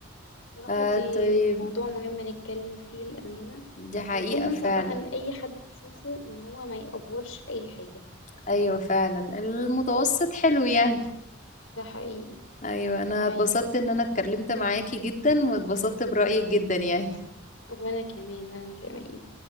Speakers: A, on the left (about 80°); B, on the left (about 40°).
A: صراحة
B: آه
A: دي
B: طيب
A: موضوع مهم نتكلم فيه الأمانة
B: دي حقيقة
A: المفروض ننصح
B: فعلا
A: بقى إن أي حد نشوفه إن هو ما يأفورش في أي حاجة
B: ايوه فعلا المتوسط حلو يعني
A: ده حقيقي
B: ايوه انا
A: طيب
B: اتبسطت ان انا اتكلمت معاكي جدا واتبسطت برأيك جدا يعني
A: وأنا كمان وأنا كمان